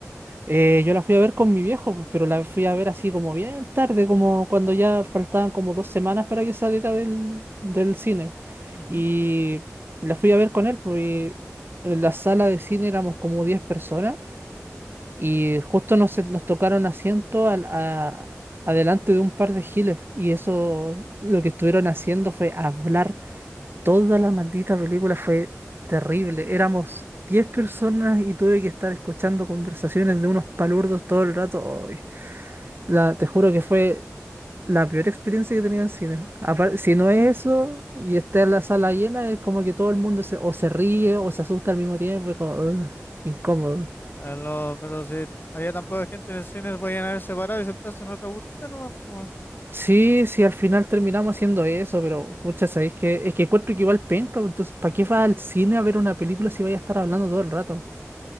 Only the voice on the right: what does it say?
Eh, yo la fui a ver con mi viejo, pues, pero la fui a ver así como bien tarde, como cuando ya faltaban como dos semanas para que saliera del, del cine.
Y la fui a ver con él, pues y en la sala de cine éramos como 10 personas. Y justo nos, nos tocaron asiento al- a- adelante de un par de giles. Y eso lo que estuvieron haciendo fue hablar toda la maldita película. Fue terrible. Éramos 10 personas y tuve que estar escuchando conversaciones de unos palurdos todo el rato. Ay, la, te juro que fue la peor experiencia que he tenido en cine. Apar- si no es eso y está en la sala llena, es como que todo el mundo se, o se ríe o se asusta al mismo tiempo. Es como, "Ugh, qué incómodo.
Sí, sí, al final terminamos haciendo eso, pero pucha, sabéis que es que encuentro que igual penca, pues, entonces, ¿para qué vas al cine a ver una película si vais a estar hablando todo el rato?